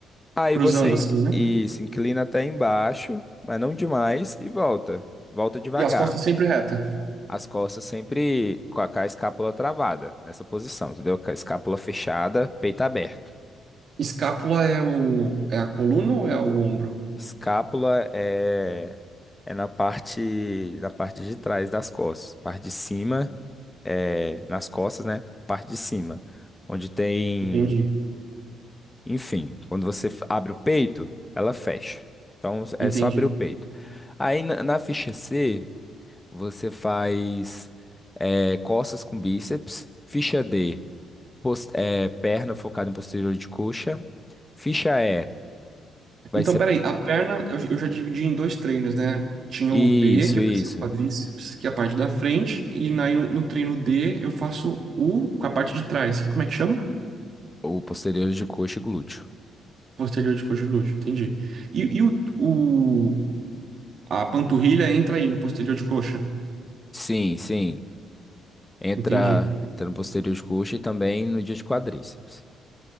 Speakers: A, on the left; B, on the right.
A: Aí
B: Cruzando
A: você
B: assim,
A: in-
B: né?
A: isso, inclina até embaixo, mas não demais, e volta. Volta devagar.
B: E as costas sempre reta.
A: As costas sempre com a, com a escápula travada nessa posição, entendeu? Com a escápula fechada, peito aberto.
B: Escápula é o, é a coluna ou é o ombro?
A: Escápula é é na parte, na parte de trás das costas. Parte de cima, é, nas costas, né? A parte de cima, onde tem,
B: Entendi,
A: enfim, quando você f- abre o peito, ela fecha. Então é
B: entendi.
A: só abrir o peito. Aí na, na ficha C, você faz é, costas com bíceps. Ficha D, pos- é, perna focada em posterior de coxa. Ficha E, vai
B: Então,
A: ser.
B: peraí, a perna eu, eu já dividi em dois treinos, né? Tinha
A: Isso,
B: o B, que
A: isso.
B: vai ser o quadríceps, que é a parte da frente, e na, no, no treino D eu faço o com a parte de trás. Como é que chama?
A: O posterior de coxa e glúteo.
B: Posterior de coxa e glúteo, entendi. E, e o, o, a panturrilha entra aí no posterior de coxa.
A: Sim, sim. Entra,
B: Entendi.
A: entra no posterior de coxa e também no dia de quadríceps.